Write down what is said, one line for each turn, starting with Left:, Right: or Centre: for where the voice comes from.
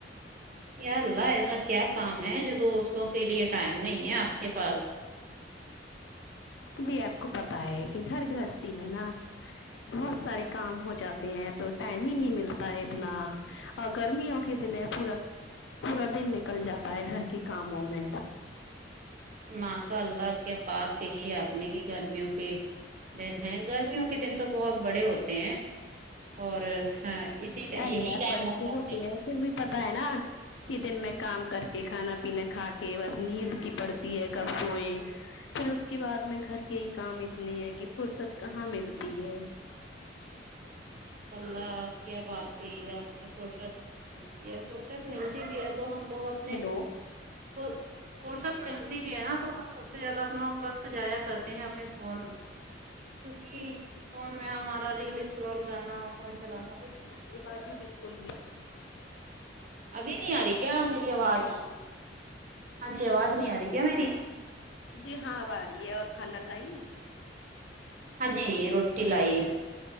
Right: یا اللہ ایسا کیا کام ہے جو دوستوں کے لیے ٹائم نہیں ہے آپ کے پاس
Left: جی آپ کو پتا ہے کہ گھر گھرستی میں نا بہت سارے کام ہو جاتے ہیں تو ٹائم ہی نہیں ملتا ہے اتنا اور گرمیوں کے دن پورا پورا دن نکل جاتا ہے گھر کے کاموں میں
Right: ماشاء اللہ کیا بات کہی ہے آپ نے کہ گرمیوں کے دن ہیں گرمیوں کے دن تو بہت بڑے ہوتے ہیں اور ہاں، اسی ٹا- یہی
Left: ارے یار
Right: ٹائم
Left: بڑے
Right: ہوتا
Left: تو ہوتے
Right: ہے
Left: ہیں پھر بھی پتا ہے نا ہی دن میں کام کر کے کھانا پینا کھا کے بس نیند کی پڑتی ہے کب سوئیں پھر اس کے بعد میں گھر کے ہی کام اتنے ہے کہ فرصت کہاں ملتی ہے
Right: ماشاء اللہ کیا بات کہی آپ نے فرصت کہاں ملتی فرصت ملتی بھی ہے تو ہم لوگ اپنے
Left: ہیلو
Right: کو فرصت ملتی بھی ہے نا تو ہم سب سے زیادہ اپنا وقت جایا کرتے ہیں اپنے فون میں کیونکہ فون میں ہمارا ریل انسکرال کرنا فون چلانا ب
Left: یہ باجی بالکل بھی
Right: ابھی نہیں آ رہی کیا میری آواز
Left: ہیلو
Right: ہاں جی آواز نہیں آ رہی کیا میری
Left: جی ہاں آب آ رہی ہے اور کھانا لائیے
Right: ہاں جی روٹی لائی